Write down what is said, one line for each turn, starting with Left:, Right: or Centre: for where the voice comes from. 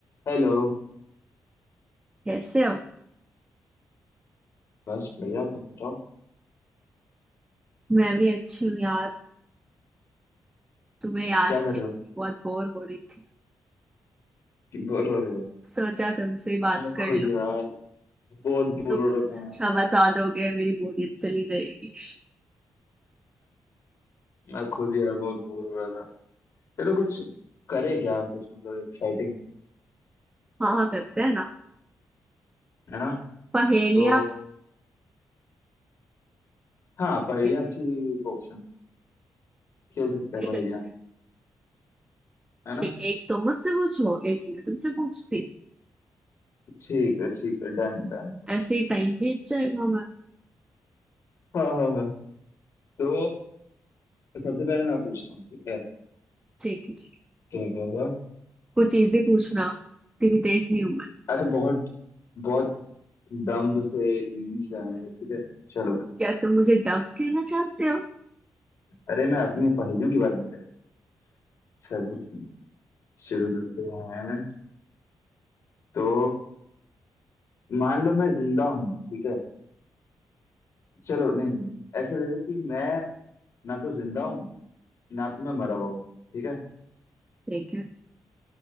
Left: हेलो
Right: कैसे हो
Left: बस बढ़िया तुम बताओ
Right: मैं भी अच्छी हूँ यार तुम्हें याद
Left: क्या कर
Right: किया
Left: रहे
Right: कि
Left: हो
Right: बहुत बोर हो रही थी
Left: बोर हो रहे हो
Right: सोचा तुमसे बात
Left: मैं खुद
Right: कर लूं
Left: यार बहुत बोर
Right: तुम्हें
Left: हो रहा
Right: कुछ
Left: था
Right: अच्छा
Left: मैं
Right: बता दोगे मेरी बोरियत चली जाएगी
Left: मैं खुद यार बहुत बोर हो रहा था चलो कुछ करे क्या कुछ मतलब एक्साइटिंग
Right: हाँ हाँ, करते हैं ना
Left: है ना
Right: पहेलियाँ
Left: तो हाँ पहेलियाँ
Right: पहले
Left: अच्छी ऑप्शन खेल सकते
Right: वही
Left: हैं पहेलियाँ
Right: करते हैं
Left: है ना
Right: एक, एक तुम मुझसे पूछो एक मैं तुमसे पूछती
Left: ठीक है ठीक है डन डन
Right: हूँ। ऐसे ही टाइम बीत जाएगा हमारा
Left: हाँ हाँ हाँ तो सबसे पहले मैं पूछता हूँ ठीक है
Right: ठीक है ठीक है
Left: तो
Right: कुछ इजी पूछना इतनी भी तेज नहीं हूँ मैं
Left: अरे बहुत बहुत दम्ब से इजी से आएंगे ठीक है चलो फिर
Right: क्या तुम मुझे डब कहना चाहते हो
Left: अरे मैं अपनी पहेलियों के बारे में कहता हूँ। चलो शुरू करते हैं तो मान लो मैं जिंदा हूँ ठीक है चलो नहीं नहीं ऐसे ले लो कि मैं ना तो जिंदा हूँ ना तो मैं मरा हुआ हूँ ठीक है
Right: ठीक है